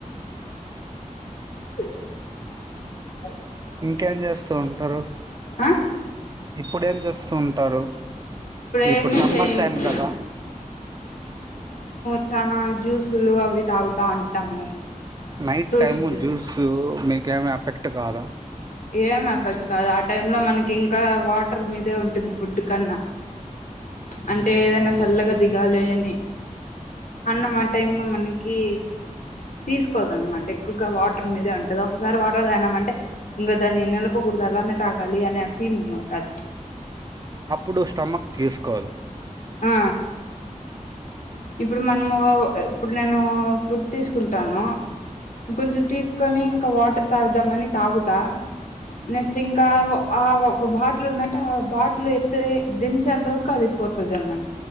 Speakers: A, on the left; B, on the right.
A: <unintelligible>
B: ఇంకేం చేస్త వస్తూ ఉంటారు
A: ఆ
B: ఇప్పుడు చేస్తూ ఉంటారు ఇప్పుడు
A: ఏమి
B: సమ్మర్
A: చెయ
B: టైం కదా
A: చాల జ్యూసులు అవి తాగుతా ఉంటాము
B: నైట్
A: ఫ్రూట్స్
B: టైమ్
A: జ్యూ
B: జూస్ మకు ఏమిఎఫెక్ట్ కాదా
A: ఏం ఎఫెక్ట్ కాదు ఆ టై లో మనకి ఇంకా వాటర్ మీదే ఉంటుంది ఫుడ్ కన్నా అంటే ఏదన్నా చల్గా దిగు గాలి అని అన్నం ఆ టై లో మనకి తీసుకోదు అనమాట ఎక్కువగా వాటర్ మీదే ఉంటంది ఒకసారి వాటర్ తాగిన్మాట్ అంటే ఇంకా దాన్ని నెల పొ కుడదాలా అనే తాగాలి అనే ఆ ఫీలింగ్ ఉంటుది
B: అప్పుడు స్టమక్ తీసుకోదు
A: ఆ ఇప్పుడు మనము ఇప్పుడు నేను ఫుడ్ తీసుకుంటాను కొంచెం తీసుకొని ఇంకా వాటర్ తాగుదామని తాగుతా నెస్ట్ ఇంకా ఆ ఒక బాటిల్ ఉందంటే ఆ బాటిల్ ఎత్తితే దించేంత వరకు అదిపోతుంది అనమాట